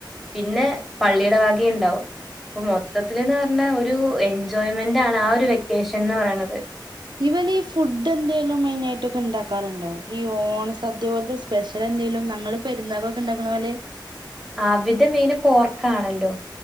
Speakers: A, in the centre; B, on the right (about 65°).
A: പിന്നെ പള്ളിയുടെ വകയും ഉണ്ടാവും അപ്പൊ മൊത്തത്തില്ന്ന് പറഞ്ഞാ ഒരു ഒരു എൻജോയ്മെന്റ് ആണ് ആഹ ഒരു വെക്കേഷൻ എന്ന് പറയണത്
B: ഇവല ഈ ഫുഡ് എന്തെലും മെയിൻ ആയിട്ടൊക്കെ ഉണ്ടാക്കാറുണ്ടോ ഈ ഓണ സദ്യ പോലത്തെ സ്പെഷ്യ എന്തേലും ങ്ങള് പെരുന്നാവളൊക്കെ ഉണ്ടാക്കണപോലെ
A: ആഹാ അവിടെ മെയിന് പോർക്കാണല്ലോ